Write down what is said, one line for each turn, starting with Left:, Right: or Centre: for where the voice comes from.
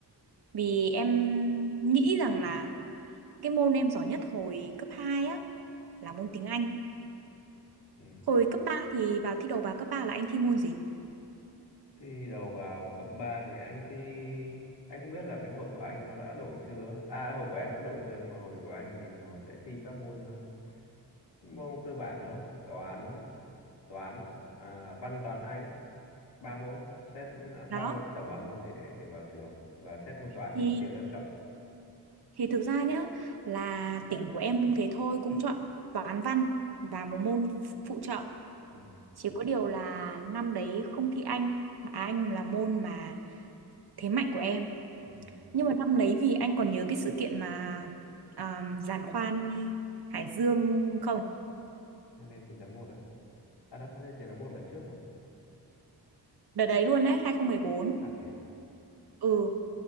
Right: vì em nghĩ rằng là cái môn em giỏi nhất hồi cấp 2 á là môn tiếng Anh
Left: ừ.
Right: hồi cấp 3 thì vào thi đầu vào cấp 3 là anh thi môn gì
Left: thì đầu vào cấp ba thì anh thi anh không biết là cái hồi của anh nó đã đổi chưa à hồi của em đã đổi chưa nhưng mà hồi của anh thì nó sẽ thi các môn ờ, môn cơ bản thôi toán toán à, văn toán Anh ba môn xét ừ, ba
Right: đó
Left: môn tổng ba môn để để vào trường và xét môn toán
Right: thì
Left: để chia lớp chọn
Right: thì thực ra nhá là tỉnh của em cũng thế thôi cũng chọn toán văn và một môn phụ trợ
Left: ừ
Right: Chỉ có điều là năm đấy không thi Anh, mà à, Anh là môn mà thế mạnh của em.
Left: ừ
Right: Nhưng mà năm đấy vì anh còn nhớ cái sự kiện mà um, giàn khoan Hải Dương không?
Left: hát đê chín HD một đó à đâu HD một là trước mà
Right: Đợt đấy luôn đấy, 2014.
Left: à thế à
Right: Ừ,